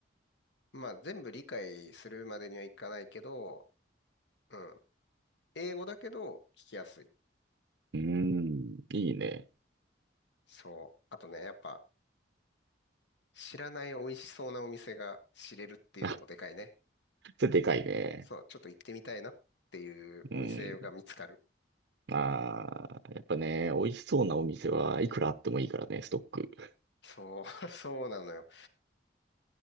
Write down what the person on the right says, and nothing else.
うーん、いいね。
あ、それでかいね。
うん。ああ、やっぱね、美味しそうなお店はいくらあってもいいからね、ストック。